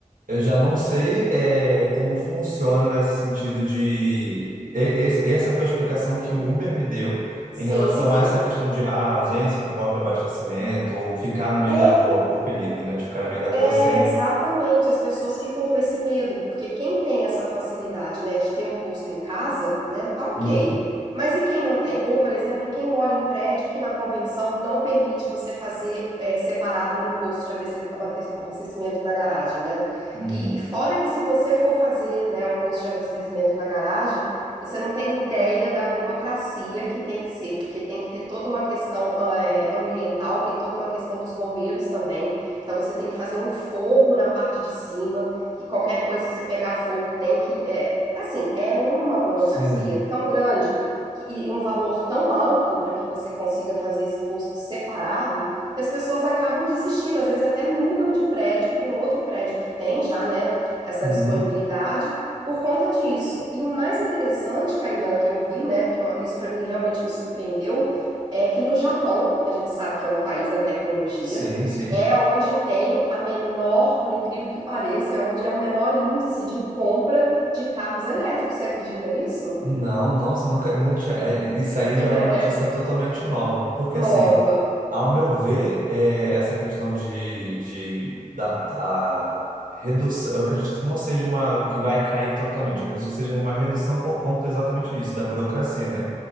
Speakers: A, on the right (about 80°); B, on the right (about 30°).
A: eu já não sei é, como funciona nesse sentido de. e- esse- Essa foi a explicação que o Uber me deu
B: sim,
A: em relação
B: sim.
A: a essa questão de ah, ausência de posto de abastecimento ou ficar no meio
B: É
A: da rua, o perigo, né? De ficar no meio da
B: É,
A: rua sem.
B: exatamente. As pessoas ficam com esse medo, porque quem tem essa facilidade, né, de ter um posto em casa, né, tá ok.
A: Uhum,
B: Mas e quem não tem? Ou, por exemplo, quem mora em prédio que na convenção não permite você fazer é, separado um posto de abece- abate- abastecimento na garagem, né?
A: uhum.
B: E, e fora que se você for fazer, né, um posto de abastecimento na garagem, você não tem ideia da burocracia que tem que ser, porque tem que ter toda uma questão ah, é, ambiental, tem toda uma questão dos bombeiros também. Então você tem que fazer um forro na parte de cima, que qualquer coisa se pegar fogo tem que. é, assim, é uma burocracia
A: Sim.
B: tão grande que- e um valor tão alto para que você consiga fazer esse posto separado que as pessoas acabam desistindo, às vezes até mudam de prédio para um outro prédio que tem já, né, essa
A: Uhum.
B: disponibilidade por conta disso. E o mais interessante, Kainan, que eu vi, né, porque eu- isso para mim realmente me surpreendeu, é que no Japão, que a gente sabe que é o país da tecnologia,
A: Sim, sim.
B: é onde tem a menor, por incrível que pareça, é onde é o menor índice de compra de carros elétricos. Você acredita nisso?
A: Não,
B: <laughs>
A: nossa, nunca, não tinha. é, Isso aí
B: É.
A: já é uma notícia totalmente nova. Porque
B: Nova.
A: assim. Ao meu ver, é, essa questão de, de- da, da redução, eu acredito que não seja uma que vai cair totalmente, eu acredito que seja uma redução por conta exatamente disso, da burocracia, né?